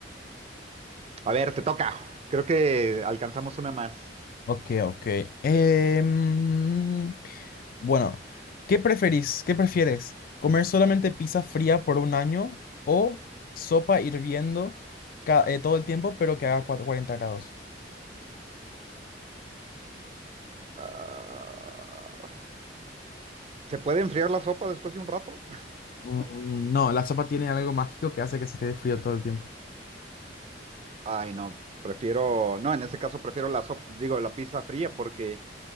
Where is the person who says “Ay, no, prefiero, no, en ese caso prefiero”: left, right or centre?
Right